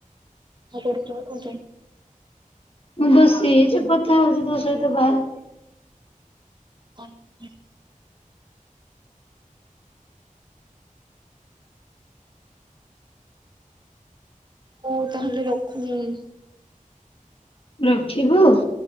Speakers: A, on the right; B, on the left.
A: ନ କର ଯାଉନୁ ନଯାଉନୁ।
B: ବସି ହେଇଚୁ କଥା ହଉଛି ତୋ ସହିତ ବାହାରେ।
A: <inaudible> ହଉ ତାହେଲେ ରଖୁନି ମୁଁ।
B: ରଖିବ?